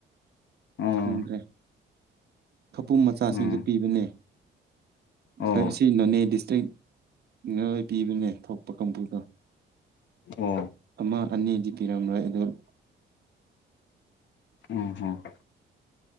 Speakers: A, on the left; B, on the right.
A: ꯑꯣ
B: ꯈꯪꯗ꯭ꯔꯦ ꯈꯄꯨꯝ ꯃꯆꯥꯁꯤꯡꯗꯨ
A: ꯎꯝ
B: ꯄꯤꯕꯅꯦ
A: ꯑꯣ
B: ꯍꯣꯏ ꯑꯁꯤ ꯅꯣꯅꯦ ꯗꯤꯁꯇ꯭ꯔꯤꯛꯅꯣꯏ ꯄꯤꯕꯅꯦ ꯊꯣꯛꯄ ꯀꯥꯡꯕꯨꯗꯣ
A: ꯑꯣ
B: ꯑꯃ ꯑꯅꯤ ꯀꯤꯔꯝ ꯔ ꯑꯦꯗꯣꯜ
A: ꯎꯝ ꯍꯝ